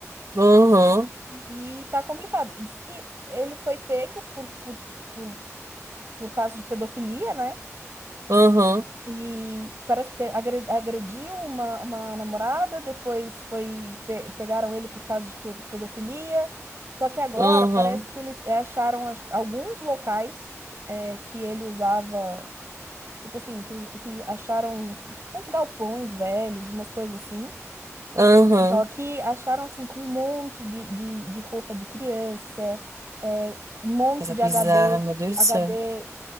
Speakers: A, on the right; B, on the right.
A: aham,
B: E tá complicado. Diz que ele foi pego por, por, por, por causa de pedofilia, né?
A: aham,
B: E parece que te- agre- agrediu uma, uma namorada, depois foi pe- pegaram ele por causa de fe- pedofilia. Só que agora
A: aham,
B: parece que eles é, acharam acho que, alguns locais é, que ele usava, tipo assim, que, us- que acharam tipo uns galpões velhos, umas coisas assim
A: aham.
B: Só que acharam assim com um monte de, de, de roupa de criança, é, um monte
A: Coisa
B: de HD,
A: bizarra, meu Deus
B: HD
A: do céu.